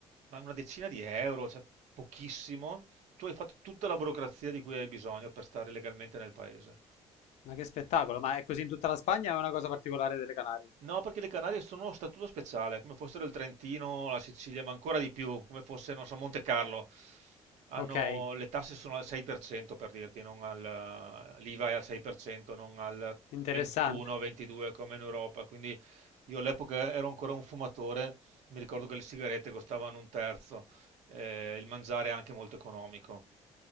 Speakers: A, on the right; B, on the left.
A: ma una decina di euro, cioè pochissimo, tu hai fatto tutta la burocrazia di cui hai bisogno per stare legalmente nel paese.
B: Ma che spettacolo, ma è così in tutta la Spagna o è una cosa particolare delle Canarie?
A: No, perché le Canarie sono a statuto speciale, come fossero il Trentino, la Sicilia, ma ancora di più, come fosse, non so, Monte Carlo. Hanno-
B: Ok,
A: le tasse sono al 6% per cento per dirti, non al, l'IVA è al 6%, non al
B: interessante.
A: 21-22 come in Europa. Quindi io all'epoca ero ancora un fumatore, mi ricordo che le sigarette costavano un terzo, eh, il mangiare è anche molto economico.